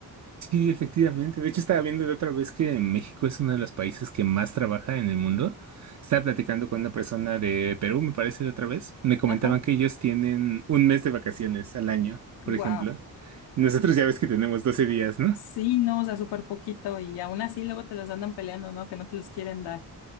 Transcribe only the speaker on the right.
Sí, efectivamente. De hecho, estaba viendo la otra vez que México es uno de los países que más trabaja en el mundo. Estaba platicando con una persona de Perú, me parece, de otra vez. Me comentaban
que ellos tienen un mes de vacaciones al año, por
ejemplo. Y nosotros ya ves que tenemos 12 días, ¿no?